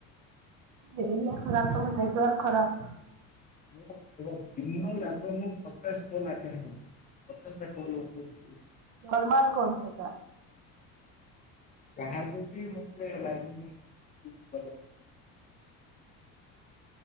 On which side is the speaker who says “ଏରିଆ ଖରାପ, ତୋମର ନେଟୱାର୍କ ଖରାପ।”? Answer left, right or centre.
Right